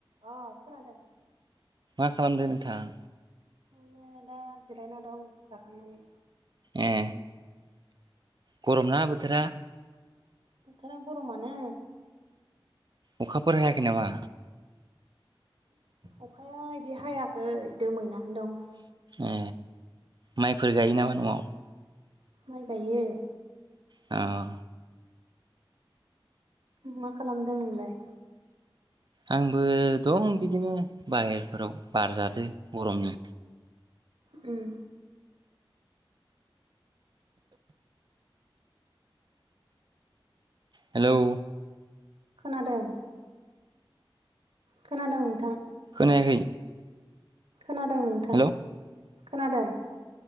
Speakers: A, on the right; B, on the right.
A: अ खोनादों
B: मा खालामदों नोंथाङा
A: ओ दा जिरायना दं जाखांनानै
B: ए गरम नङा बोथोरा
A: बोथोरा गरमानो
B: अखाफोर हायाखै नामा
A: अखाया बिदि हायाखै दोमैनानै दं
B: ए माइफोर गायो नामा न'आव।
A: माइ गायो।
B: औ
A: मा खालामदों नोंलाय?
B: आंबो दं बिदिनो बाहेरफोराव बारजादो गरमनि।
A: उम
B: हेलौ
A: खोनादों खोनादों नोंथां।
B: खोनायाखै।
A: खोनादों नोंथां।
B: हेलौ
A: खोनादों।